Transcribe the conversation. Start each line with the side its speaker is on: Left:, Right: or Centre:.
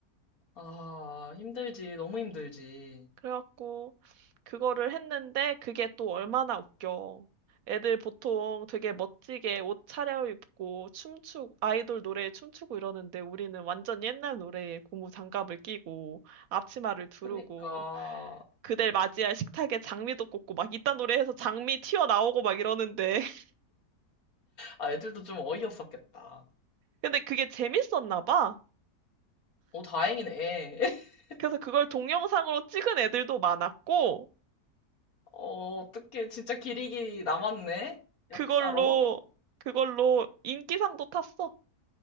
Left: 아, 힘들지. 너무 힘들지.
Right: 그래갖고 그거를 했는데 그게 또 얼마나 웃겨. 애들 보통 되게 멋지게 옷 차려입고 춤추고 아이돌 노래에 춤추고 이러는데 우리는 완전 옛날 노래에 고무 장갑을 끼고 앞치마를 두르고
Left: 그러니까.
Right: 그댈 맞이할 식탁에 장미도 꽂고 막 이딴 노래해서 장미 튀어나오고 막 이러는데 <laughs>
Left: 아, 애들도 좀 어이없었겠다.
Right: 근데 그게 재밌었나 봐.
Left: 오 다행이네. <laughs>
Right: 그래서 그걸 동영상으로 찍은 애들도 많았고,
Left: 어, 어떡해. 진짜 기리기 남았네.
Right: 그걸로,
Left: 역사로.
Right: 그걸로 인기상도 탔어.